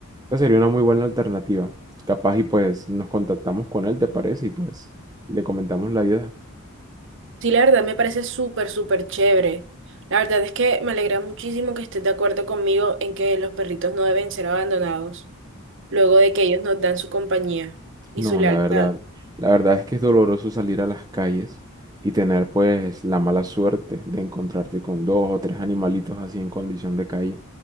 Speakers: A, on the right; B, on the right.
A: esa sería una muy buena alternativa. Capaz y pues nos contactamos con él, ¿te parece? Y pues le comentamos la idea.
B: Sí, la verdad me parece súper, súper chévere. La verdad es que me alegra muchísimo que estés de acuerdo conmigo en que los perritos no deben ser abandonados luego de que ellos nos dan su compañía y
A: No,
B: su lealtad.
A: la verdad, la verdad es que es doloroso salir a las calles y tener pues la mala suerte de encontrarte con dos o tres animalitos así en condición de calle,